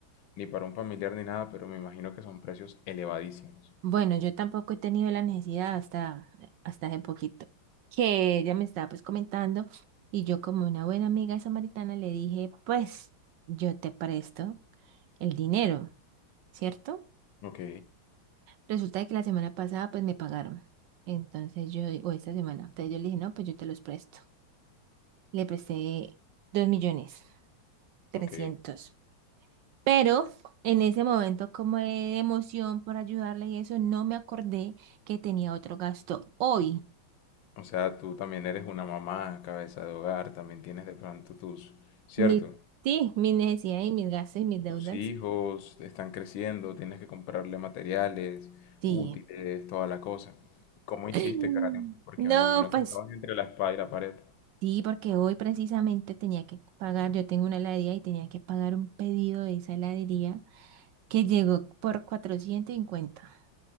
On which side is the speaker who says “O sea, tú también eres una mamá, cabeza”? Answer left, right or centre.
Left